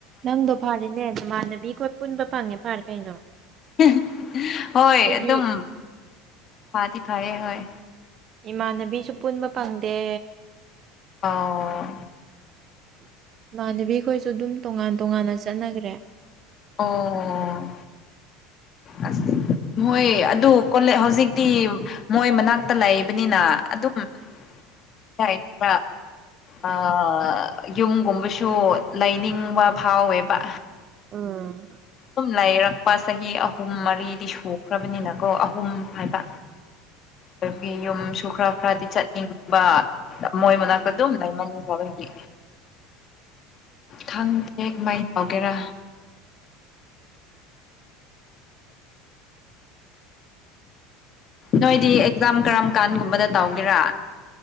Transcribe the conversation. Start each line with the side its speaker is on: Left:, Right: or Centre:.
Right: ꯅꯪꯗꯣ ꯐꯔꯦꯅꯦ ꯅꯃꯥꯟꯅꯕꯤꯈꯣꯏ ꯄꯨꯟꯕ ꯐꯪꯉꯦ ꯐꯔꯦ ꯀꯩꯅꯣ꯫
Left: <unintelligible> ꯍꯣꯏ
Right: ꯑꯩꯗꯤ
Left: ꯑꯗꯨꯝ ꯐꯥꯗꯤ ꯐꯥꯏꯌꯦ ꯍꯣꯏ꯫
Right: ꯏꯃꯥꯟꯅꯕꯤꯁꯨ ꯄꯨꯟꯕ ꯐꯪꯗꯦ꯫
Left: ꯑꯧ
Right: ꯏꯃꯥꯟꯅꯕꯤꯈꯣꯏꯁꯨ ꯗꯨꯝ ꯇꯣꯉꯥꯟ ꯇꯣꯉꯥꯟꯅ ꯆꯠꯅꯒ꯭ꯔꯦ꯫
Left: ꯑꯣ ꯑꯁ ꯃꯣꯏ ꯑꯗꯨ ꯀꯣꯂꯦ ꯍꯧꯖꯤꯛꯇꯤ ꯃꯣꯏ ꯃꯅꯥꯛꯇ ꯂꯩꯕꯅꯤꯅ ꯑꯗꯨ <unintelligible> ꯑꯥ ꯌꯨꯝꯒꯨꯝꯕꯁꯨ ꯂꯩꯅꯤꯡꯕ ꯐꯥꯎꯋꯦꯕ꯫
Right: ꯎꯝ
Left: ꯑꯗꯨꯝ ꯂꯩꯔꯛꯄ ꯆꯍꯤ ꯑꯍꯨꯝ ꯃꯔꯤꯗꯤ ꯁꯨꯈ꯭ꯔꯕꯅꯤꯅꯀꯣ ꯑꯍꯨꯝ ꯍꯥꯏꯕ꯫ ꯗꯒꯤ ꯌꯨꯝꯁꯨ ꯈꯔ ꯈꯔꯗꯤ ꯆꯠꯅꯤꯡꯕ꯫ ꯃꯣꯏ ꯃꯅꯥꯛꯇ ꯑꯗꯨꯝ ꯂꯩꯃꯈ꯭ꯔꯕꯒꯤ꯫ ꯈꯪꯗꯦ ꯀꯃꯥꯏ ꯇꯧꯒꯦꯔꯥ? ꯅꯣꯏꯗꯤ ꯑꯦꯛꯖꯥꯝ ꯀꯔꯝ ꯀꯥꯟꯒꯨꯝꯕꯗ ꯇꯧꯒꯦꯔꯥ?